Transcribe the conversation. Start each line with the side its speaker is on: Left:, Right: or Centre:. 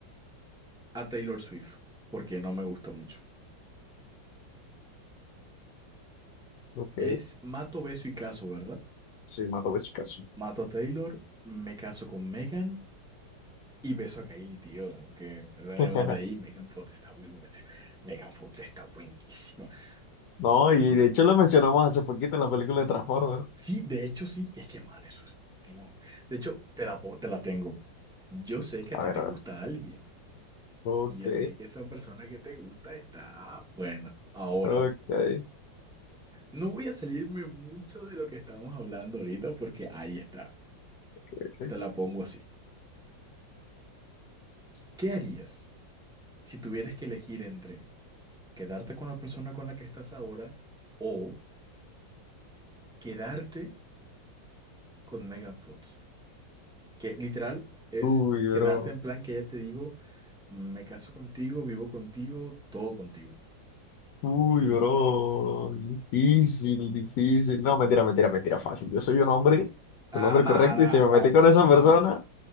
Centre: a Taylor Swift, porque no me gusta mucho.
Left: Ok,
Centre: Es mato, beso y caso, ¿verdad?
Left: sí, mato, beso, caso.
Centre: Mato a Taylor, me caso con Megan y beso a Kylie, tío. Aunque, o sea, nada
Left: <laughs>
Centre: más de ahí, Megan Fox está muy buena. Megan Fox está buenísima.
Left: No,
Centre: Imagina,
Left: y de hecho lo mencionamos hace poquito en la película de Transformers.
Centre: sí, de hecho sí, es que man, eso es. no. De hecho, te la, po- te la tengo. Yo sé que
Left: A
Centre: a ti
Left: ver,
Centre: te
Left: a
Centre: gusta
Left: ver.
Centre: alguien
Left: Ok,
Centre: y yo sé que esa persona que te gusta está buena. Ahora,
Left: ok.
Centre: no voy a salirme mucho de lo que estábamos hablando ahorita porque ahí está.
Left: <laughs>
Centre: Te la pongo así. ¿Qué harías si tuvieras que elegir entre quedarte con la persona con la que estás ahora o quedarte con Megan Fox? Que literal es
Left: Uy,
Centre: quedarte
Left: bro.
Centre: en plan que ya te digo. Me caso contigo, vivo contigo, todo contigo.
Left: Uy,
Centre: ¿Qué eliges?
Left: bro, difícil, difícil. No, mentira, mentira, mentira, fácil. Yo soy un hombre,
Centre: Ah,
Left: un hombre
Centre: nada.
Left: correcto y si me metí
Centre: ah,
Left: con
Centre: mm.
Left: esa persona,